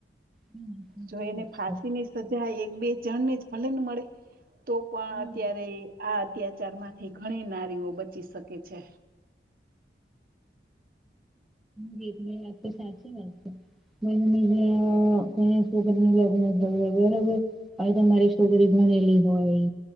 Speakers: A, in the centre; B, on the right.
A: હમ. સાચી
B: જો
A: વાત
B: એને
A: છે.
B: ફાંસી ની સજા એક બે જણ ને જ ભલન મળે તો પણ
A: હમ
B: અત્યારે. આ અત્યાચારમાંથી ઘણી નારીઓ બચી શકે છે.
A: ગીત વાતો સા છે વાત. બજ ક શું કરી અગ હ. ભ તમારી છોકરી ભણેલી હોય.